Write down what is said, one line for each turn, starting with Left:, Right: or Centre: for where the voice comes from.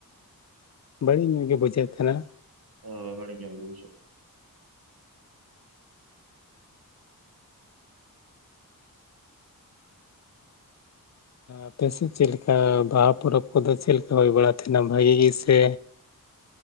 Left: ᱵᱟᱹᱲᱤᱡ ᱧᱚᱜ ᱜᱮ ᱵᱩᱡᱷᱟ. ᱜ ᱛᱟᱦᱮᱱᱟ
Right: ᱦᱚᱭ ᱵᱟᱲᱤᱡ ᱧᱚᱜ ᱜᱮ ᱵᱩᱡᱩᱜ
Left: ᱟᱯᱮ ᱥᱮᱫ ᱪᱮᱫ ᱞᱮᱠᱟ ᱵᱟᱦᱟ ᱯᱚᱨᱚᱵᱽ ᱠᱚᱫᱚ ᱪᱮᱫ ᱞᱮᱠᱟ ᱦᱩᱭ ᱵᱟᱲ ᱛᱟᱦᱮᱱᱟ ᱵᱷᱟᱜᱤ ᱜᱮ ᱥᱮ